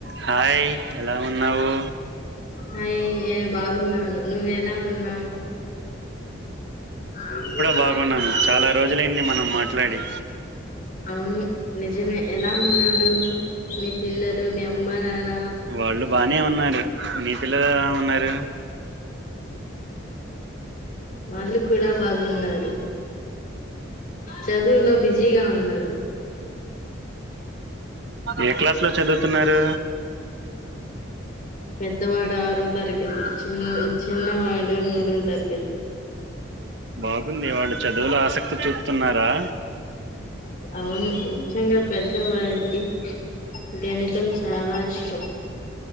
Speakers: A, on the right; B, on the left.
A: hi ఎలా ఉన్నావు
B: hi ఏ బాగున్నాను నువ్వెలా ఉన్నావు నేను కూడా
A: బాగున్నాను
B: దతు చాలా
A: రోజులైంది
B: రోజులు
A: మనం మాట్లాడి
B: అవును నిజమే ఎలా ఉన్నారు మీ పిల్లలు మీ అమ్మ నాన్న
A: వాళ్ళు బానే ఉన్నారు నీ పిల్లలు ఎలా ఉన్నారు
B: వాళ్ళు కూడా బాగున్నారు చదువులో బిజీగా ఉన్నారు
A: ఏ క్లాసు
B: క్లాసులు
A: లో చదువుతున్నారు
B: చెపిస్తున్నారు పెద్దవాడు ఆరోవ తరగతి చిను చిన్నవాడు మూడవ తరగతి
A: బాగుంది వాళ్లు చదువులో ఆసక్తి చూపుతున్నారా
B: అవును ముఖ్యంగా పెద్ద వారికి గణితం చాలా ఇష్టం